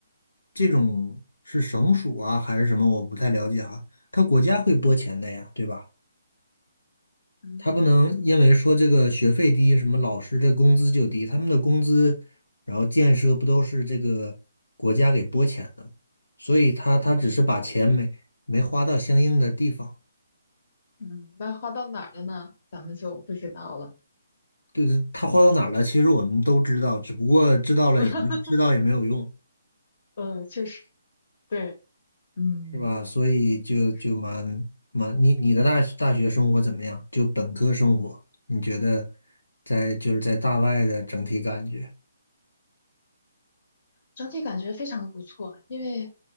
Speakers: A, on the left; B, on the left.
A: 这种是省属啊还是什么，我不太了解啊，他国家会拨钱的呀，
B: 嗯
A: 对吧？
B: 嗯，
A: 他不能因为说这个学费低，什么老师这工资就低，他们的工资，然后建设不都是这个国家给拨钱的吗？所以他他只是把钱没没花到相应的地方，
B: 嗯，那花到哪儿了呢？咱们就不知道了。
A: 对，他花到哪儿了，其实我们都知道，只不过知道了也没知道也没有用，
B: <laughs> 嗯，确实，对，嗯，
A: 是吧？所以就就蛮蛮，
B: 是的，
A: 你你的大大学生活怎么样？就本科生活，你觉得在就是在大外的整体感觉？
B: 整体感觉非常不错，因为